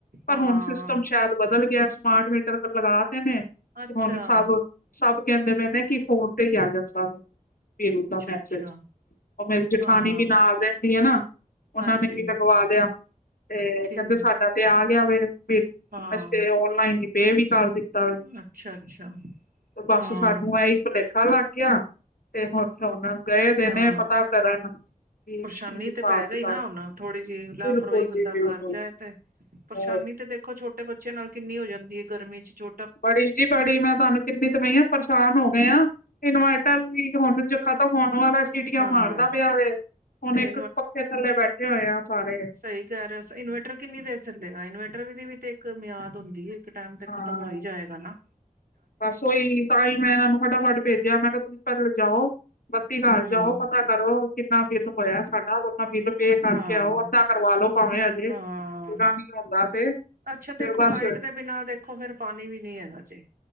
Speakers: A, on the left (about 85°); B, on the right (about 80°).
A: ਪਰ
B: ਹਾਂ
A: ਹੁਣ ਸਿਸਟਮ ਸ਼ਾਇਦ ਬਦਲ ਗਿਆ ਸਮਾਰਟ ਮੀਟਰ ਲਗਾਤੇ ਨੇ ਤੇ
B: ਅੱਛਾ ਅੱਛਾ
A: ਹੁਣ ਸਭ ਸਭ ਕੈਂਦੇ ਪੇ ਨੇ ਕਿ ਫ਼ੋਨ ਤੇ ਈ ਆ ਜਾਂਦਾ ਵੇ। ਫੇਰ ਉਸਦਾ ਮੈਸੇਜ,
B: ਅੱਛਾ
A: ਓ ਮੇਰੀ ਜਠਾਣੀ
B: ਹਾਂ
A: ਵੀ ਨਾਲ ਰੈਂਦੀ ਏ ਨਾ। ਉਨਾਂ
B: ਹਾਂਜੀ
A: ਨੇ ਵੀ ਲਗਵਾ ਲਿਆ ਤੇ
B: ਠੀਕ
A: ਕੈਂਦੇ ਸਾਡਾ ਤੇ ਆ ਗਿਆ ਵੇ ਬਿੱਲ
B: ਹਾਂ
A: ਅਸੀਂ ਤੇ ਔਨਲਾਈਨ ਈ ਪੇ ਵੀ ਕਰ ਦਿੱ ਤਾ ਵੇ,
B: ਅੱਛਾ-ਅੱਛਾ
A: ਬਸ
B: ਹਾਂ
A: ਸਾਨੂੰ ਐਈ ਭੁਲੇਖਾ ਲਾ ਗਿਆ ਤੇ ਹਰਸ ਹੁਣ ਗਏ ਦੇ
B: ਹਾਂ
A: ਨੇ ਪਤਾ ਕਰਨ। ਵੀ
B: ਪਰੇਸ਼ਾਨੀ
A: ਕੀ ਹਿਸਾਬ
B: ਤੇ ਪੈ
A: ਕਿਤਾਬ
B: ਗਈ ਨਾ ਹੁਣ ਥੋੜੀ ਜੀ ਲਾਪਰਵਾਈ
A: ਬਿਲਕੁਲ
B: ਬੰਦਾ
A: ਜੀ ਬਿਲਕੁਲ
B: ਕਰ ਜਾਏ ਤੇ ਪਰੇਸ਼ਾਨੀ
A: ਹੋਰ
B: ਤੇ ਦੇਖੋ ਛੋਟੇ ਬੱਚਿਆਂ ਨਾਲ ਕਿੰਨੀ ਹੋ ਜਾਂਦੀ ਏ ਗਰਮੀ ਚ ਛੋ
A: ਬੜੀ ਜੀ ਬੜੀ ਮੈਂ ਤੁਹਾਨੂੰ ਚੀਰ ਨੀ ਤੇ ਨਈ ਆ ਪਰੇਸ਼ਾਨ ਹੋ ਗਏ ਆ ਇਨਵਟਰ ਵੀ ਹੁਣ ਚ ਖ਼ਤਮ ਹੋਣ ਵਾਲਾ ਸੀਟੀਆਂ
B: ਹਾਂ
A: ਮਾਰਦਾ ਪਿਆ ਵੇ ਹੁਣ
B: ਤੇ
A: ਇੱਕ ਪੱਖੇ ਥੱਲੇ ਬੈਠੇ ਹੋਏ ਆ ਸਾਰੇ।
B: ਸਈ ਕੈ ਰੇ ਓ ਸ ਇਨਵਟਰ ਕਿੰਨੀ ਦੇਰ ਚੱਲੇਗਾ ਇਨਵਟਰ ਦੀ ਵੀ ਤੇ ਇੱਕ ਮਿਆਦ ਹੁੰਦੀ ਏ ਇੱਕ ਟੈਮ
A: ਹਾਂ
B: ਤੇ ਖ਼ਤਮ ਹੋਈ ਜਾਏਗਾ ਨਾ‌।
A: ਬਸ ਉਈ ਤਾਂ ਈ ਮੈਂ ਇਨਾਂ ਨੂੰ ਫਟਾਫਟ ਭੇਜਿਆ ਮੈਂ ਕੇਆ ਤੁਸੀਂ ਪੈਲੇ ਜਾਓ, ਬੱਤੀ ਘਰ
B: ਹੂੰ
A: ਜਾਓ ਪ ਤਾ ਕਰੋ ਕਿੰਨਾ ਬਿੱਲ ਹੋਇਆ ਸਾਡਾ ਉਨਾ ਬਿੱਲ ਪੇ ਕਰਕੇ
B: ਹਾਂ
A: ਆਓ ਅੱਧਾ ਕਰਵਾ ਲੋ ਭਾਵੇਂ ਪੇ,
B: ਹਾਂ
A: ਪੂਰਾ ਨੀ ਹੁੰਦਾ ਤੇ।
B: ਅੱਛਾ ਦੇਖੋ
A: ਫਿਰ ਬਸ
B: ਲਾਈਟ ਦੇ ਬਿਨਾਂ ਦੇਖੋ ਫੇਰ ਪਾਣੀ ਵੀ ਨੀ ਹੈਗਾ ਜੇ।